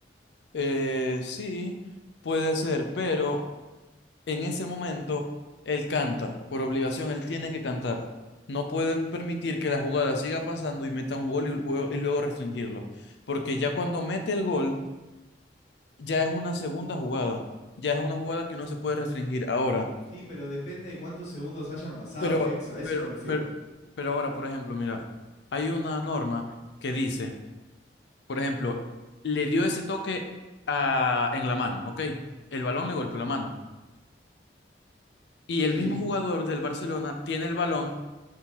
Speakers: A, on the left; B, on the left.
A: Eh, sí, puede ser, pero en ese momento él canta. Por obligación, él tiene que cantar. No puede permitir que la jugada siga pasando y meta un gol y, luego- y luego restringirlo. Porque ya cuando mete el gol ya es una segunda jugada, ya es una jugada que no se puede restringir ahora.
B: Sí, pero depende de cuántos segundos hayan pasado,
A: Pero,
B: Hexa. A eso
A: pero,
B: me refiero.
A: pero, pero ahora, por ejemplo, mira, hay una norma que dice, por ejemplo, le dio ese toque a- en la mano, ¿ok? El balón le golpeó la mano. Y el
B: Sí,
A: mismo jugador del Barcelona tiene el balón